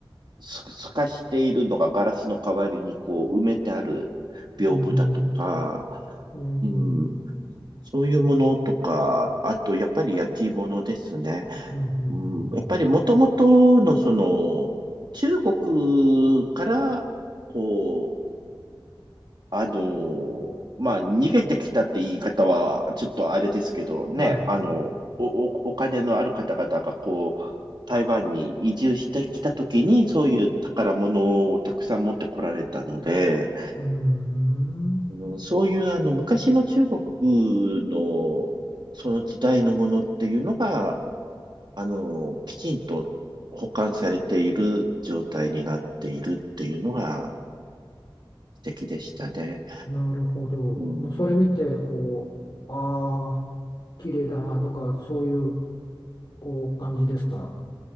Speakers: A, on the right (about 55°); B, on the left (about 55°).
A: う、す、すかしているのがガラスの代わりにこう埋めてある屏風だとか、
B: うん。うん。
A: うん、そういうものとか、あとやっぱり焼き物ですね。
B: うんうんう
A: うん、やっぱりもともとのその中国からこ
B: ん
A: あの、まあ、逃げてきたって言い方は、ちょっとあれですけどね、
B: うん。はい。
A: あの、お、おお金のある方々がこう、台湾に移住してきたときに、そういう宝物をたくさん持ってこられたので、
B: うーん。
A: うんそういうあの、昔の中国の、その時代のものっていうのが、あの、きちんと保管されている状態になっているっていうのが素敵でしたね。
B: なるほど。
A: うん
B: もうそれ見て、こう、ああ、綺麗だなとか、そういう、こう、感じですか。